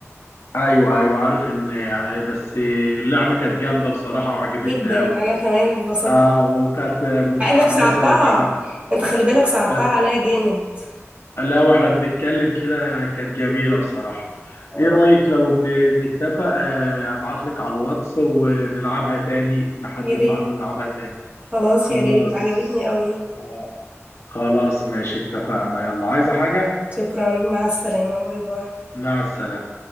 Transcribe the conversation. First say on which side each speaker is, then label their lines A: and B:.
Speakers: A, on the left; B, on the right.
A: ايوه ايوه عارف ان آه، بس آه، اللعبه كانت جامده بصراحه وعجبتني
B: جدا
A: قوي
B: انا كمان اتبسطت
A: آه وكانت آه، متحمسه
B: مع انك صعبتها
A: وحام
B: انت خلي بالك صعبتها
A: بس
B: عليا جامد
A: لا واحنا بنتكلم كده كانت جميلة بصراحة
B: آه،
A: ايه رأيك لو ن- نتفق آه، ابعت لك على الواتس ونلعبها تاني نحدد
B: يا ريت
A: ميعاد ونلعبها تاني
B: خلاص
A: خلاص
B: يا ريت عجبتني قوي
A: آه، خلاص ماشي اتفقنا يلا عايزة حاجة
B: شكرا مع السلامة باي باي
A: مع السلامة